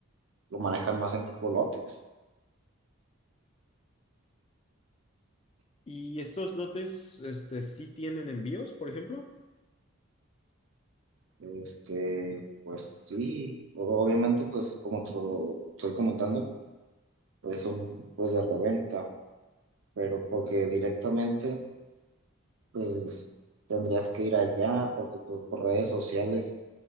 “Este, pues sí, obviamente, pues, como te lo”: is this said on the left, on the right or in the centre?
Right